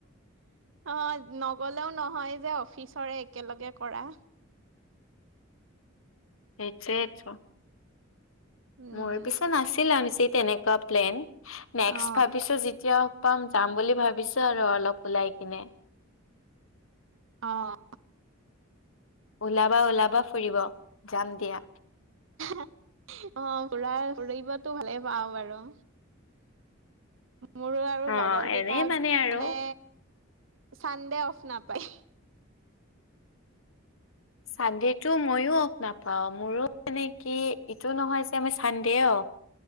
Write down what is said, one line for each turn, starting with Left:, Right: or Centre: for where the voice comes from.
Right: অ' নগলেও নহয় যে, অফিচৰে একেলগে কৰা।
Left: সেইটোয়ে টো,
Right: উম,
Left: মোৰ পিছে নাছিলে বেছি তেনেকে প্লেন, নেক্স
Right: অ',
Left: ভাবিছো যেতিয়া পাম যাম বুলি ভাবিছো আৰু অলপ ওলাই কিনে।
Right: অ'।
Left: ওলাবা ওলাবা ফুৰিব, যাম দিয়া।
Right: অ' ফুৰা, ফুৰিবতো ভালে পাওঁ বাৰু।
Left: <inaudible>
Right: মোৰো আৰু
Left: অ
Right: লগৰ কেইটা
Left: এনেই
Right: মানে,
Left: আৰু
Right: চানডে অফ নাপায়।
Left: চানডেটো মইো অফ নাপাওঁ, মোৰো মানে কি ইটো নহয় যে আমি চানডে অফ